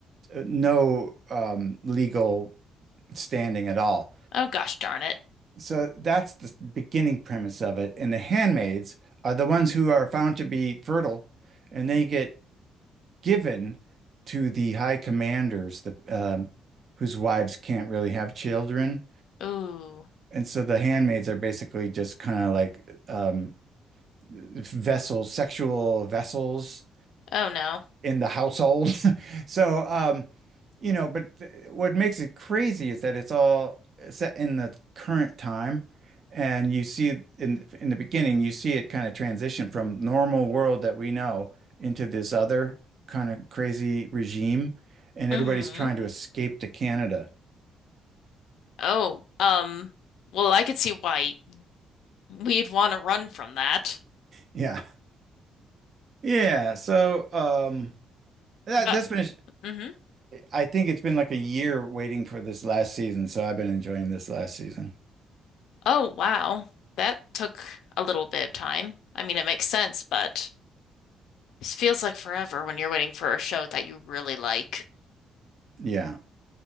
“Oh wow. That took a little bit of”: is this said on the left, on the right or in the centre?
Left